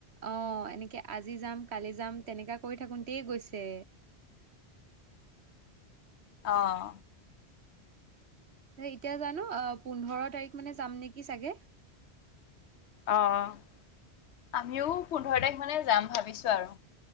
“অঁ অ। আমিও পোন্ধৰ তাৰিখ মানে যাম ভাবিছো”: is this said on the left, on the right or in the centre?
Left